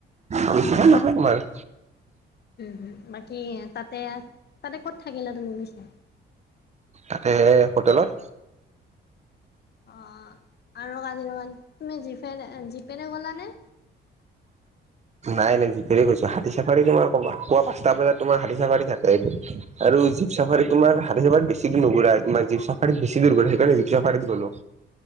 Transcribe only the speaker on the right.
আ‌ <inaudible> তোমাৰ
তাতে, হোটেলত।
নাই নাই জিপেৰে গৈছোঁ। হাতী চাফাৰী তোমাৰ কৱা পুৱা পচটা বজাত তোমাৰ হাতী চাফাৰী থাকেটো, আৰু জীপ চাফাৰী তোমাৰ হাতি বেছি দূৰ নুঘুৰাই তোমাৰ জীপ চাফাৰত বেছি দূৰা সেইকাৰণে জীপ চাফাৰীত গলোঁ।